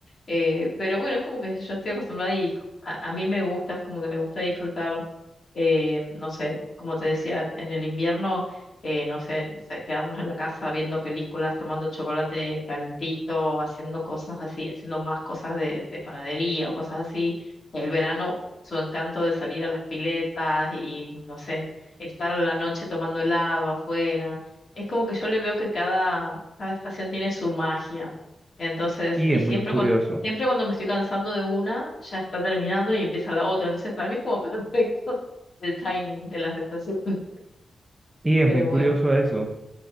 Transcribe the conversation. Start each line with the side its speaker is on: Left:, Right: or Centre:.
Left: Eh, pero bueno, es como que yo estoy acostumbrada y co- a, a mí me gusta, es como que me gusta disfrutar eh, no sé, como te decía, en el invierno, eh, no sé, se- quedarnos en la casa viendo películas, tomando chocolate calentito, haciendo cosas así, haciendo más cosas de, de panadería o cosas así. El verano, su encanto de salir a las piletas y, no sé, estar a la noche tomando helado afuera. Es como que yo le veo que cada, cada estación tiene su magia. Entonces,
Right: Y
Left: y
Right: es
Left: siempre
Right: muy curioso,
Left: cuando, siempre cuando me estoy cansando de una, ya está terminando y empieza la otra. Entonces, para mí es como <laughs> perfecto el timing de las estaciones.
Right: y
Left: Pero
Right: es muy curioso
Left: bueno,
Right: eso,